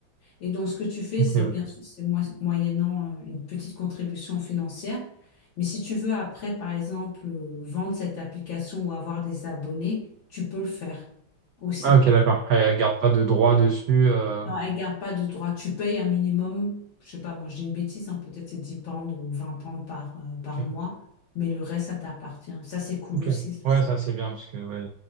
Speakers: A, on the left; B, on the right.
A: Et donc, ce que tu fais,
B: Ok,
A: c'est
B: ouais.
A: bien sûr, c'est moi- moyennant euh, une petite contribution financière. Mais si tu veux après, par exemple, euh, vendre cette application ou avoir des abonnés, tu peux le faire aussi.
B: Ah, ok, d'accord. Elle garde pas de droit dessus. euh,
A: Non, elle garde pas de droit. Tu payes un minimum, je sais pas, moi je dis une bêtise, hein, peut-être c'est 10 pounds ou 20 pounds par, euh, par
B: Ok,
A: mois, mais le reste, ça t'appartient. Ça, c'est cool
B: ok.
A: aussi, ça.
B: Ouais, ça c'est bien parce que ouais,